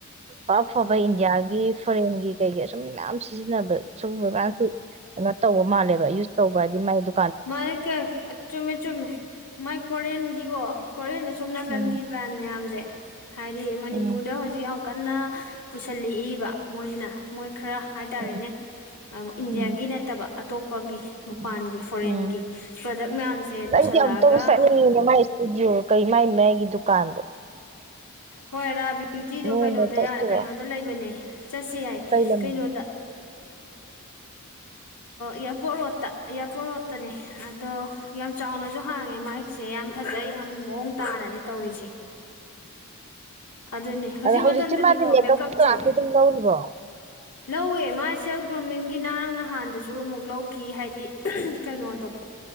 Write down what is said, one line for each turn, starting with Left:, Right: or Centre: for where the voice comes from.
Right: ꯑꯐꯕ ꯏꯟꯗꯤꯌꯥꯒꯤ ꯐꯣꯔꯦꯟꯒꯤ ꯀꯩꯒꯤ ꯁꯁꯨꯝ ꯃꯌꯥꯝ ꯁꯤꯖꯤꯟꯅꯕ ꯑꯨꯝꯕꯀꯁꯨ ꯀꯩꯅꯣ ꯇꯧꯕ ꯃꯥꯜꯂꯦꯕ ꯌꯨꯁ ꯇꯧꯕ ꯍꯥꯏꯗꯤ ꯃꯥꯏꯗꯨ
Left: ꯃꯥꯥꯏ ꯀ ꯆꯨꯝꯃꯦ ꯆꯨꯝꯃꯦ ꯃꯥꯏ ꯀꯣꯔꯤꯌꯟꯒꯤꯀꯣ ꯀꯣꯔꯤꯌꯟꯨꯝ ꯁꯣꯝ ꯅꯥꯀꯟꯒꯤ
Right: ꯎꯝ
Left: ꯕ꯭ꯔꯥꯟ ꯃꯌꯥꯝꯁꯦ ꯍꯥꯏꯗꯤ ꯃꯅꯤꯄꯨꯔꯗ
Right: ꯎꯝ
Left: ꯍꯧꯖꯤꯛ ꯀꯟꯅ ꯄꯨꯁꯤꯜꯂꯛꯏꯕ ꯃꯣꯏꯅ ꯃꯣꯏ ꯈꯔ ꯍꯥꯏꯇꯥꯔꯦꯅꯦ
Right: ꯎꯝ
Left: ꯏꯟꯗꯤꯌꯥꯒꯤ
Right: ꯎꯝ
Left: ꯅꯠꯇꯕ ꯑꯇꯣꯞ ꯅꯨꯄꯒꯤ ꯃꯄꯥꯟꯒꯤ
Right: ꯎꯝ
Left: ꯐꯣꯔꯦꯟꯒꯤ
Right: ꯎꯝ
Left: ꯄ꯭ꯔꯗꯛ ꯃꯌꯥꯝꯁꯦ ꯄꯨꯁꯜꯂꯛꯑꯒ
Right: ꯑꯩꯗꯤ ꯑꯃꯨꯛꯇ ꯆꯠꯅꯤꯡꯉꯤꯅꯦ ꯃꯥꯏ ꯏꯁꯇꯨꯗꯤꯑꯣ ꯀꯩ ꯃꯥꯏ ꯃꯒꯤ ꯗꯨꯀꯥꯟꯗ
Left: ꯍꯣꯏ ꯔꯥꯕꯤ ꯕ꯭ꯌꯨꯇꯤꯗꯣ
Right: ꯅꯣꯡꯃ
Left: ꯀꯩꯅꯣꯗ
Right: ꯆꯠꯁꯤꯔꯣ
Left: ꯌꯥꯔ ꯀꯩꯅꯣꯗ ꯂꯩꯕꯅꯦ ꯆꯠꯁ ꯌꯥꯏ
Right: ꯀꯩ ꯂꯝꯗ
Left: ꯀꯩꯅꯣꯗ ꯏꯌꯥꯔꯄꯣꯔꯠ ꯔꯣꯠꯇ ꯏꯌꯥꯔꯄꯣꯔꯠ ꯔꯣꯠꯇꯅꯦ ꯑꯗꯣ ꯌꯥꯝ ꯆꯥꯎꯅꯁꯨ ꯍꯥꯡꯉꯦ ꯃꯥꯒꯤꯁꯦ ꯌꯥꯝ ꯐꯖꯩ ꯌꯥꯝ ꯃꯑꯣꯡ ꯇꯥꯅꯅꯦ ꯇꯧꯔꯤꯁꯦ ꯑꯗꯨꯅꯦ ꯍꯧꯖꯤꯛ
Right: ꯑꯗꯣ ꯍꯧꯖꯤꯛꯁꯤꯤ
Left: ꯃꯇꯝꯗꯗꯤꯀꯣ
Right: ꯃꯥꯗꯤ ꯃꯦꯀꯞꯈꯤ
Left: ꯃꯦꯀꯞꯁꯦ
Right: ꯑꯗꯨꯝ ꯀꯧꯔꯤꯕꯣ
Left: ꯂꯧꯋꯦ ꯃꯥ ꯁꯦꯜꯞ ꯒ꯭ꯔꯨꯃꯤꯡꯒꯤ ꯉꯔꯥꯡ ꯅꯍꯥꯟꯗꯁꯨ ꯑꯃꯨꯛ ꯂꯧꯈꯤ ꯍꯥꯏꯗꯤ ꯀꯩꯅꯣꯗꯣ